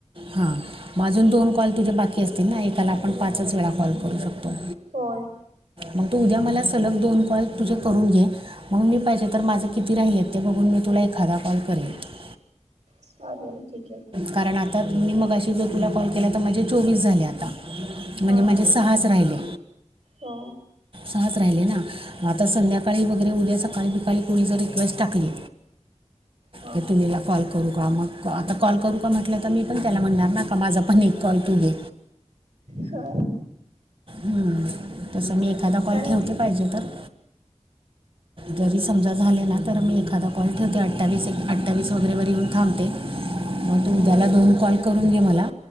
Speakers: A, on the right; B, on the right.
A: हा आजून दोन कॉल तुझ्या बाकी असतील ना एकाला आपण पाचच वेळा कॉल करू शकतो.
B: होय.
A: मग तू उद्या मला सलग दोन कॉल तुझे करून घे. मग मी पाहिजे तर माझं किती राहिल आहेत ते बघून मी तुला एखादा कॉल करेल
B: चालेल ठीक आहे
A: कारण आता मी मगाशी जो तुला कॉल केला तर माझे चोवीस झाले आता म्हणजे
B: हा
A: माझे सहाच राहिले
B: हो
A: सहज राहिले ना म आता संध्याकाळी वगैरे उद्या सकाळी बिकाळी कोुणीच रिक्वेस्ट टाकली
B: हा
A: हे त नला कॉल करू का आमग आता कॉल करू का म्हटलं तर मी पण त्याला म्हणणार ना का माझा पण एक कॉलू घे
B: हा
A: ह तसं मी एखादा
B: चालेल
A: कॉल ठेवते
B: की
A: पाहिजे तर जरी समजा झाले ना तर मी एखादा कॉल ठेवते अवीस अठ्ठावीस वगैरेवर येऊन थांबते मग तू उद्याला दोन कॉल करून घे मला